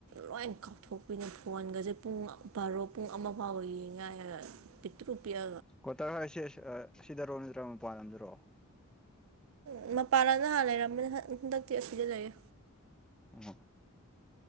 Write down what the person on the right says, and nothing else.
ꯂꯣꯏ ꯀꯥꯞꯊꯣꯛꯄꯤꯅꯦ ꯐꯣꯟꯒꯁꯦ ꯄꯨꯡ ꯕꯥꯔꯣ ꯄꯨꯡ ꯑꯃ ꯐꯥꯎꯕ ꯌꯦꯡꯉꯥꯏ ꯄꯇ꯭ꯕ꯭ꯌꯥ
ꯎꯝ ꯃꯄꯥꯟ ꯂꯝꯗ ꯍꯥꯟ ꯂꯩꯔꯝꯕꯅꯤ ꯍꯟꯗꯛꯇꯤ ꯑꯁꯤꯗ ꯂꯩꯌꯦ